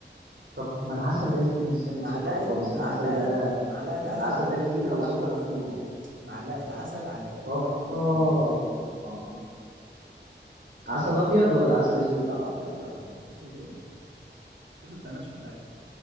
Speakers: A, on the right (about 65°); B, on the right (about 85°).
A: طب ما العسل ده يا زميلي مش سنة
B: معلقة
A: سكر خالص العسل
B: معلقة
A: ده
B: معلقة
A: العسل
B: عسل على
A: ده
B: كيلو
A: كتير أو
B: لحمة
A: سكر
B: مفرومة
A: كتير
B: معلقة عسل على كيلو
A: آه
B: لحمة
A: آه
B: مفرومة
A: عسل أبيض ولا عسل أسود
B: لا أبيض بقى أسود إيه؟ أسود ما بتعملش في الأكل